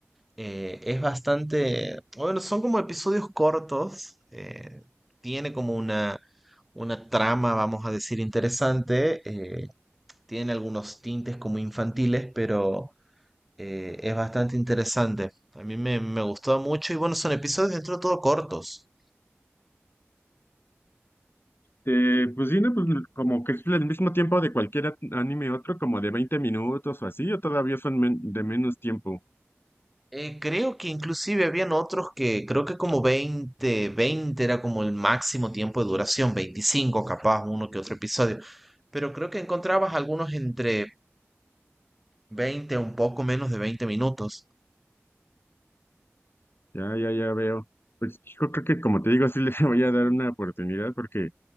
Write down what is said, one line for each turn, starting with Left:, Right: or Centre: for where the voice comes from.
Centre: eh, es bastante, bueno, son como episodios cortos, eh, tiene como una, una trama, vamos a decir, interesante, eh, tiene algunos tintes como infantiles, pero eh, es bastante interesante. A mí me, me gustó mucho y bueno, son episodios dentro de todo cortos.
Left: eh, pues sí, no, pues como que es el mismo tiempo de cualquier at- anime otro, como de 20 minutos o así, o todavía son men- de menos tiempo.
Centre: Eh, creo que inclusive habían otros que creo que como 20 20 era como el máximo tiempo de duración, 25 capaz, uno que otro episodio, pero creo que encontrabas algunos entre 20 un poco menos de 20 minutos.
Left: Ya, ya, ya veo. Pues yo creo que como te digo, sí le <laughs> voy a dar una oportunidad porque...